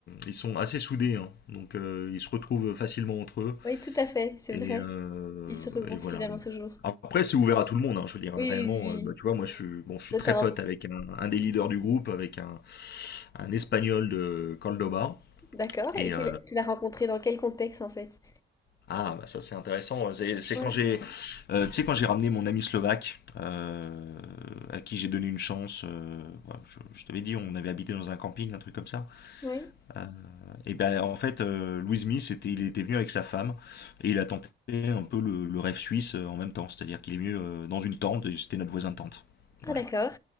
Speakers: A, on the left; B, on the left.
A: ils sont assez soudés. hein. Donc, euh, ils se retrouvent facilement entre eux.
B: Oui, tout à fait, c'est
A: Et,
B: vrai.
A: heu
B: Ils se regroupent
A: et voilà.
B: finalement toujours.
A: Après, c'est ouvert à tout le monde, hein. Je veux dire,
B: Oui,
A: réellement,
B: oui, oui. oui.
A: heu, bah, tu vois, moi, je suis bon, je suis
B: Toi,
A: très
B: t'as
A: pote
B: un-
A: avec un un des leaders du groupe, avec un un Espagnol de Córdoba
B: D'accord.
A: et
B: Et tu
A: heu
B: l'as tu l'as rencontré dans quel contexte, en fait?
A: ah, bah, ça, c'est intéressant, c'est c'est
B: Ouais,
A: quand j'ai, heu, tu sais, quand j'ai ramené mon ami slovaque, heu, à qui j'ai donné une chance, heu, voilà, je je t'avais dit, on avait habité dans un camping, un truc comme ça.
B: ouais.
A: Euh, et ben en fait, euh, Louis Smith, était, il était venu avec sa femme et il a tenté un peu le, le rêve suisse euh, en même temps, c'est-à-dire qu'il est venu euh, dans une tente et c'était notre voisin de tente. Voilà,
B: Ah, d'accord.